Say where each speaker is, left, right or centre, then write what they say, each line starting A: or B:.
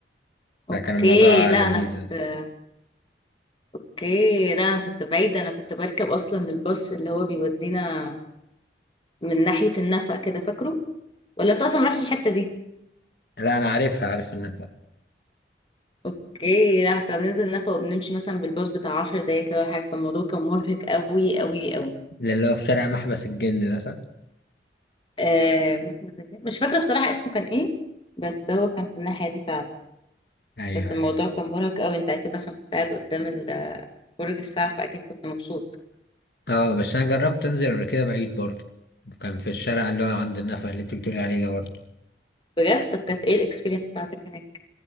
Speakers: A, on the left (about 25°); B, on the left (about 55°).
A: اوكي
B: فكان الموضوع
A: لا
B: لذيذ
A: انا كنت
B: يعني.
A: اوكي لا انا كنت بعيدة انا كنت بركب اصلا الباص اللي هو بيودينا من ناحية النفق كده فاكره ولا انت اصلا ما رحتش الحتة دي
B: لا انا عارفها عارف ان
A: اوكي لا كنا بننزل نفق وبنمشي مثلا بالباص بتاع 10 دقايق كده ولا حاجة فالموضوع كان مرهق قوي قوي قوي
B: اللي هو في شارع محبس الجن ده صح
A: آه محمد رجب- مش فاكرة بصراحة اسمه كان ايه بس هو كان في الناحية دي فعلا
B: ايوه
A: بس الموضوع
B: ايوه
A: كان مرهق قوي انت اكيد عشان كنت قاعد قدام ال- برج الساعة فاكيد كنت مبسوط
B: اه بس انا جربت انزل قبل كده بعيد برضه كان في الشارع اللي هو عند النفق اللي انت بتقولي عليه ده برضه
A: بجد طب كانت ايه الاكسبيرينس بتاعتك هناك